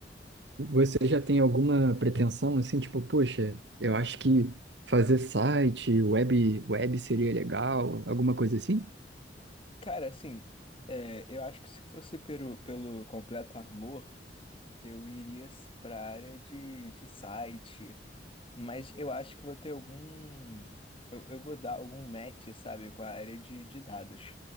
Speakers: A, on the right (about 75°); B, on the left (about 30°).
A: Você já tem alguma pretensão assim, tipo, poxa, eu acho que fazer site, web, web seria legal, alguma coisa assim?
B: Cara, assim, é, eu acho que se fosse pelo, pelo completo amor, eu iria para a área de, de site, mas eu acho que vou ter algum. Eu, eu vou dar algum match, sabe, com a área de, de dados.